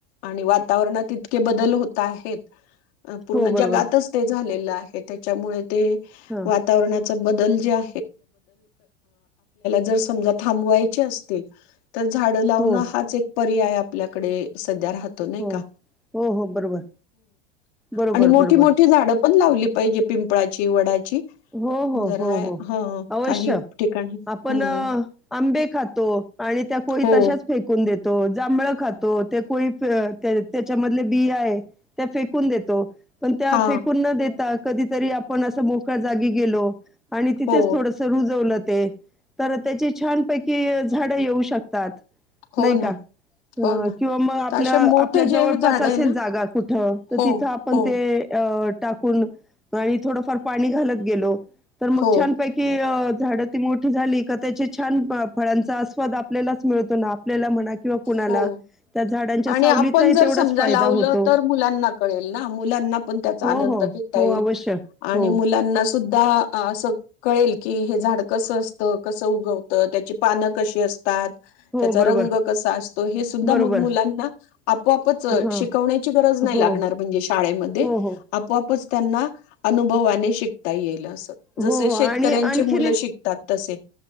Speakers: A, on the left; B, in the centre.
A: आणि वातावरणात इतके बदल होत आहेत पूर्ण
B: हो, बरोबर.
A: जगातच ते झाले आहे त्याच्यामुळे ते
B: हां,
A: वातावरणात बदल ल्या ज सम अस तर झाडं लावणं
B: हो,
A: हाच एक पर्याय आपल्याकडे सध्या राहतो नाही
B: हो.
A: का
B: हो, हो, बरोबर. बरोबर,
A: आणि मोठी
B: बरोबर.
A: मोठी झाड पण लावली पाहिजे पिंपळाची वडाची
B: हो हो
A: जरा
B: हो
A: हाय
B: हो
A: ह
B: अवश्य.
A: काही ठिकाणी
B: आपण
A: हम्म
B: अ, आंबे खातो आणि त्या कोळी
A: हो
B: तशाच फेकून देत जांभळ खातो ते कोळी त्याच्या मधले बी आहे त्या फेकून देतो पण त्या
A: हा
B: फेकून न देेतात कधीतरी आपण अस जागी गेलो आणि तिथेच
A: हो
B: थोडंसं रुजवलं ते तर तेची छान पैकी झाडं येऊ शकतात. नाही
A: हो ना
B: का
A: हो ना
B: किंवा म आपल
A: तर असे
B: आपल्या
A: मोठे जे
B: जवळपास
A: झाड
B: असेल
A: आहे ना
B: जागा कुठ तर
A: हो
B: तिथं आपण
A: हो
B: ते टाकून पाणी थोडं फार पाणी घालत गेलो. तर मग
A: हो
B: छान पैकी अ झाड ती मोठी झाली का त्याचे छान फळांचा आस्वाद आपल्यालाच मिळतो ना आपल्याला म्हणा किंवा कुणाला.
A: हो.
B: त्या झाडांच्या
A: आणि
B: सावलीचाही
A: आपण जर
B: तेवढाच
A: समजा
B: फायदा
A: लावलं
B: होतो.
A: तर मुलांना कळेल ना मुलांना पण त्याचा
B: हो,
A: आनंद
B: हो.
A: घेता
B: हो,
A: येईल
B: अवश्य.
A: आणि
B: हो.
A: मुलांना सुद्धा अस कळेल की हे झाड कसं असतं कसं उगवतं त्याची पानं कशी असतात.
B: हो
A: त्याचा
B: बरोबर.
A: रंग कसा आसतो. हे सुद्धा
B: बरोबर.
A: मग मुलांना आपोआपच अ
B: हां.
A: शिकवण्याची गरज नाही
B: हो.
A: लागणारं म्हणजे शाळेमध्ये
B: हो, हो.
A: आपोआपच त्यांना अनुभवाने शिकता येईल अस
B: हो,
A: जसे
B: हो.
A: शेतकऱ्यांचे
B: आणि आणखीन
A: मुलं
B: एक
A: शिकतात. तसे